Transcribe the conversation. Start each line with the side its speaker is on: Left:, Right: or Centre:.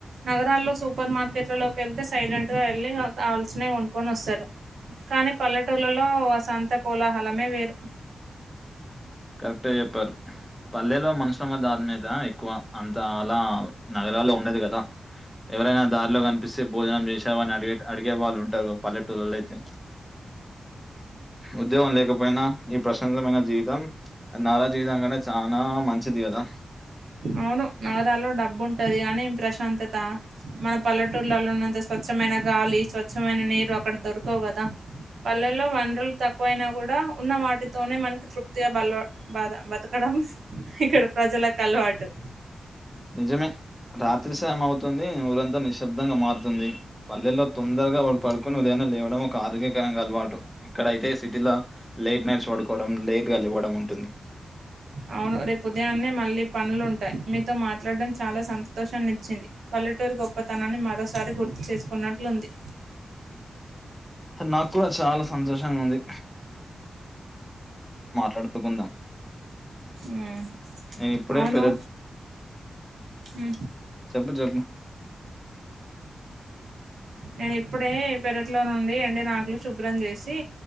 Right: నగరాల్లో సూపర్ మార్కెట్లలోకి ఎళ్తే సైలెంట్ గా ఎళ్ళి కావలసినవి కొనుక్కోని వస్తరు. కానీ పల్లెటూళ్లలో ఆ సంత కోలాహలమే వేరు.
Centre: కరెక్టే చెప్పారు. పల్లెలో మనుషులమ దాని మీద ఎక్కువా అంతా అలా నగరాల్లో ఉండది గదా. ఎవరైనా దారిలో కన్ పిస్తే భోజనం చేశావా అని అడిగేట్ అడిగే వాళ్ళు ఉంటరు పల్లెటూళ్లలో అయితే. ఉద్యోగం లేకపోయినా ఈ ప్రశాంతమైన జీవితం. ఆ నగర్ జీవితం కంటే చానా మంచిది గదా.
Right: అవును నగరాల్లో డబ్బు ఉంటది గానీ ప్రశాంతతా మన పల్లెటూర్లలో ఉన్నంత స్వచ్ఛమైన గాలి, స్వచ్ఛమైన నీరు అక్కడ దొరకవు గదా. పల్లెల్లో వన్రుల్ తక్కువయినా గూడా ఉన్న వాటితోనే మనకి తృప్తిగా బల్వా బాదా బతకడ్ డం ఇక్కడ ప్రజలక్ అలవాటు.
Centre: నిజమే రాత్రి సాయం అవుతుందీ. ఊరంతా నిశ్శబ్దంగా మారుతుంది. పల్లెలో తొందరగా వాళ్ పడుకొని ఉదయమే లేవడం ఒక ఆరోగ్యకరంగా అలవాటు. ఇక్కడైయితే సిటీలో లేట్ నైట్స్ పడుకోవడం, లేట్గాలెవ్వడం ఉంటుంది.
Right: అవును రేపు ఉదయాన్నే మళ్ళీ పనులుంటాయి. మీతో మాట్లాడటడం చాలా సంతోషాన్నిచ్చింది. పల్లెటూరు గొప్పతనాన్ని మరోసారి గుర్తు చేసుకున్నట్లుంది.
Centre: నాకు కూడా చాలా సంతోషంగా ఉంది తడుపుకుందాం.
Right: ఉమ్.
Centre: నేను ఇప్పుడే
Right: అవును
Centre: పెరట్
Right: ఉమ్.
Centre: చెప్పు చెప్పు
Right: నేను ఇప్పుడే పెరట్లో నుండీ ఎండిన ఆకులు శుభ్రం చేసీ.